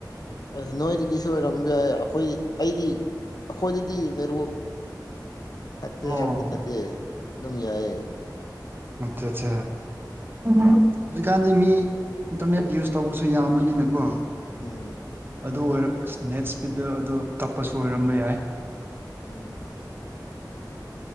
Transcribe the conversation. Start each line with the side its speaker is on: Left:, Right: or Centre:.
Left: ꯑꯁ ꯅꯣꯏꯗꯒꯤꯁꯨ ꯑꯣꯏꯔꯝꯕꯁꯨ ꯌꯥꯏ ꯑꯩꯈꯣꯏ ꯑꯩꯗꯤ ꯑꯩꯈꯣꯏꯗꯗꯤ ꯅꯦꯠꯋꯥꯛ ꯐꯠꯇꯦ
Right: ꯑꯣ
Left: ꯍꯥꯏꯕꯗꯤ ꯅꯠꯇꯦ ꯑꯗꯨꯝ ꯌꯥꯏꯌꯦ
Right: ꯑꯆꯥ ꯑꯆꯥ ꯆꯥ ꯍꯧꯖꯤꯛꯀꯥꯟꯗꯤ ꯃꯤ ꯏꯟꯇꯔꯅꯦꯠ ꯌꯨꯁ ꯇꯧꯕꯁꯨ ꯌꯥꯝꯕꯅꯤꯅꯀꯣ
Left: ꯎꯝ
Right: ꯑꯗꯨ ꯑꯣꯏꯔ ꯅꯦꯠ ꯏꯁꯄꯤꯗ ꯑꯗꯨ ꯇꯞꯄꯁꯨ ꯑꯣꯏꯔꯝꯕ ꯌꯥꯏ
Left: ꯎꯝ